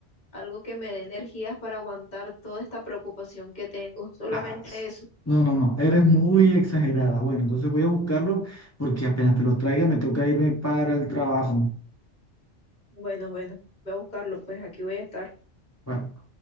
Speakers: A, on the left; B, on the left.
A: algo que me dé energías para aguantar toda esta preocupación que tengo, solamente
B: Ay,
A: eso.
B: no, no, no, eres muy exagerada. Bueno, entonces voy a buscarlo porque apenas te los traiga me toca irme para el trabajo.
A: Bueno, bueno, voy a buscarlo, pues aquí voy a estar.
B: Bueno,